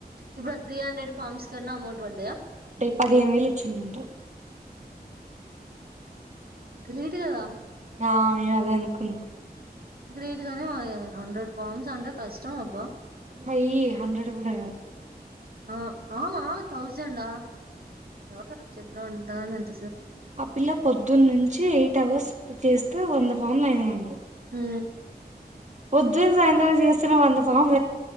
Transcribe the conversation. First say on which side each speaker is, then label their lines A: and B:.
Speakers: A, on the right; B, on the right.
A: ఇప్పుడు త్రీ హండ్రెడ్ ఫార్మ్స్ కన్నా అమౌంట్ పడ్డాయా
B: పదియంని వైలు చిన్నంట
A: గ్రేట్ కదా
B: నా అయ అదా అనుకును
A: గ్రేట్ గానే మా హండ్రెడ్ ఫార్మ్స్ అంటే కష్టం అబ్బా
B: బయి హండ్రెడ్ కూడా
A: ఆ అ థౌజంా ఆ చ్చ పను దంట
B: ఆ పిల్ల పొద్దున్న నుంచి ఎయిట్ అవర్స్ చేస్త వంద ఫామ్లు అయినాండు
A: ఆ
B: పొద్దు సాయంత్రం చేస్తస్తున్నా వంద ఫం